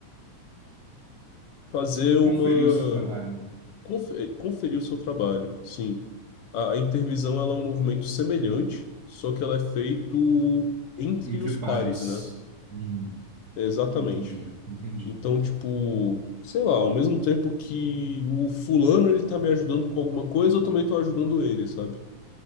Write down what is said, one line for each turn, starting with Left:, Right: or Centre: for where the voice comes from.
Left: fazer uma
Right: Conferir o seu trabalho
Left: confe- conferir o seu trabalho, sim. A, a intervisão ela é um movimento semelhante, só que ela é feito entre
Right: entre
Left: os
Right: pares.
Left: pares, né?
Right: Hum,
Left: Exatamente.
Right: entendi, entendi.
Left: Então, tipo, sei lá, ao mesmo tempo que o fulano ele tá me ajudando com alguma coisa, eu também tô ajudando ele, sabe?